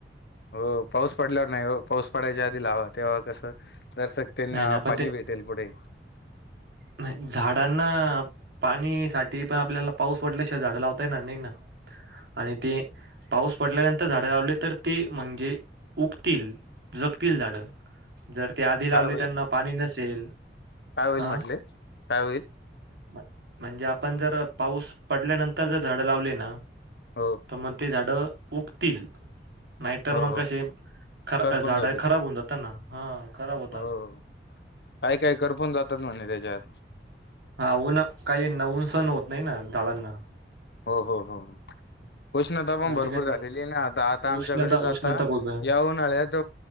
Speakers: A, on the left; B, on the right.
A: हो पाऊस पडल्यावर नाही हो पाऊस पडायच्या आधी लावा तेव्हा कसं दर्सक त्यांना
B: नाही नाही पण
A: पाणी
B: ते
A: भेट तेलपडे.
B: नाही झाडांना पाणी साठी पण आपल्याला पाऊस पड ल्याशिवाय झाडं लावता येणार नाही ना. आणि ते पाऊस पडल्यानंतर झाडं लावले तर ते म्हणजे उगतील. जगतील झाड जर ते आधी लावले
A: काय होईल
B: त्यांना पाणी नसेल
A: काय होईल
B: आ.
A: म्हटले काय होयल.
B: म्ह म्हणजे आपण जर पाऊस पडल्यानंतर जर झाडं लावली ना.
A: हो.
B: तर मग ते झाडं उगतील नाहीतर
A: हो
B: मग
A: हो
B: कसे ख
A: करपून
B: झाड
A: जातील
B: खराब होऊन जातील. ना हा खराब होतात.
A: हो काय काय करपून जातात म्हंटलं त्याच्यात.
B: हा ऊन काही नऊन सण होत नाही ना झाडांना.
A: हो हो हो हो. उष्णता पण
B: मग
A: भरपूर
B: ते कसं
A: झालेली ना आता आता आमच्याकडेच
B: उष्णता उष्णता
A: आता
B: खूप आहे
A: येऊन. उळ्यात